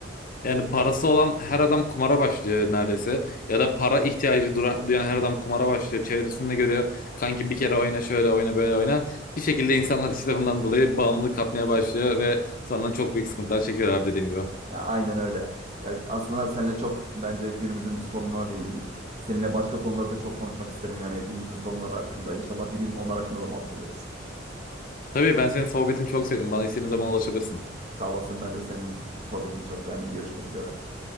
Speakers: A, on the left; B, on the right.
A: Yani parası olan her adam kumara başlıyor neredeyse. Ya da para ihtiyacı dura- duyan her adam kumara başlıyor. Çevresinde görüyor. Kanki bir kere oyna şöyle oyna böyle oyna. Bir şekilde insanlar işte bundan dolayı bağımlılık kapmaya başlıyor ve sonra çok büyük sıkıntılar çekiyorlar dediğim gibi.
B: Ya aynen öyle. Ya aslında seninle çok bence günümüzün bir sorununa değindik. Seninle başka konuları da çok konuşmak isterim yani günümüzün sorunları hakkında. İnşallah bir gün onlar hakkında da muhabbet ederiz.
A: Tabii ben senin sohbetini çok sevdim. Bana istediğin zaman ulaşabilirsin.
B: Sağ olasın ben de senin sohbetini çok beğendim. Görüşmek üzere.